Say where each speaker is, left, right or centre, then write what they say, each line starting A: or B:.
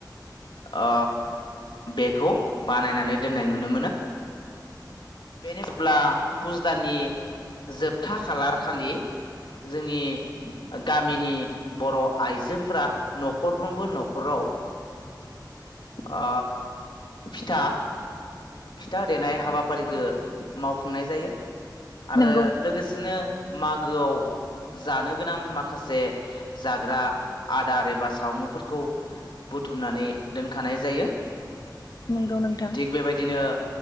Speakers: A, on the left; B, on the left.
A: ओ बेखौ बानायनानै दोननाय नुनो मोनो बेनो जेब्ला फुजदाननि जोबथा खालार खालि जोंनि गामिनि बर' आइजोफोरा न'खरफ्रोमबो न'खराव ओ फिथा फिथा देनाय हाबाफारिखो मावफुंनाय जायो आरो
B: नंगौ नोंथां
A: लोगोसेनो मागोआव जानो गोनां माखासे जाग्रा आदार एबा सावमुफोरखौ बुथ थुमनानै दोनखानाय जायो।
B: नंगौ नोंथां
A: थिग बेबायदिनो